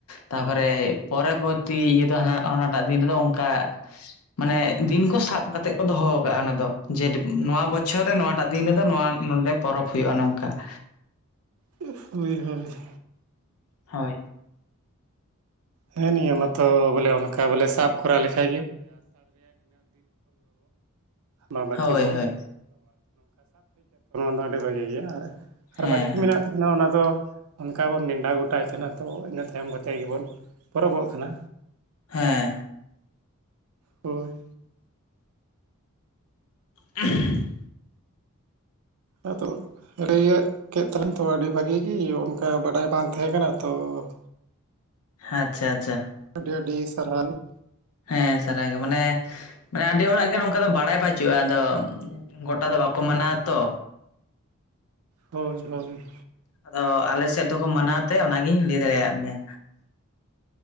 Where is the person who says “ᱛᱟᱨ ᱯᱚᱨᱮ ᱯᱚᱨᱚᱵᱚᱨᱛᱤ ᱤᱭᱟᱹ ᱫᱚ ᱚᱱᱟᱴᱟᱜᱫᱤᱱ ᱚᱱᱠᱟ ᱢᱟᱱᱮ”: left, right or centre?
Left